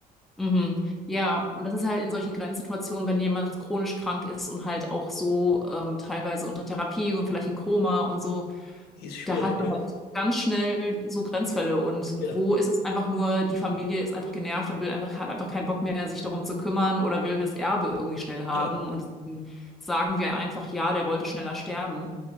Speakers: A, in the centre; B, on the left (about 70°).
A: Mhm. Ja, und das ist halt in solchen Grenzsituationen, wenn jemand chronisch krank ist und halt auch so ähm, teilweise unter Therapie und vielleicht in Koma und so,
B: Ist schwierig,
A: da hat
B: ja?
A: man halt ganz schnell so Grenzfälle. Und
B: Genau,
A: wo ist es einfach nur, die Familie ist einfach genervt und will einfach, hat einfach keinen Bock mehr, sich darum zu kümmern oder will das Erbe irgendwie schnell haben.
B: genau.
A: Und deswegen sagen wir einfach, ja, der wollte schneller sterben.